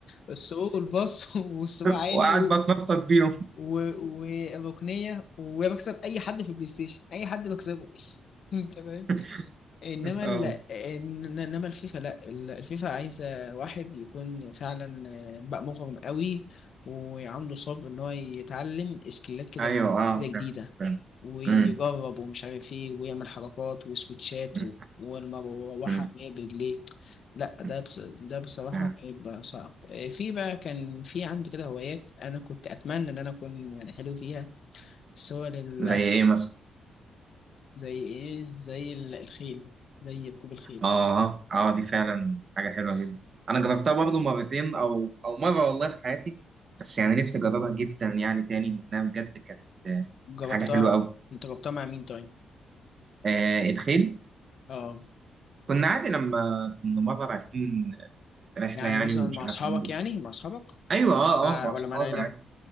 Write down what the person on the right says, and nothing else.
<laughs>
وقاعد بتنطط بيهم
<laughs>
اه
ايوه اه
فعلا فعلا
امم
أمم،
أمم،
أمم،
فعلا.
زي ايه مثلا
اه اه دي فعلا حاجة حلوة جدا انا جربتها برضه مرتين او او مرة والله في حياتي بس يعني نفسي اجربها جدا يعني تاني لانها بجد كانت آه،
حاجة حلوة قوي
آه الخيل
كنا عادي لما كنا مرة رايحين رحلة
يعني
ومش
عارف
أعمل
أيوة أه
أه مع
أصحابي
عادي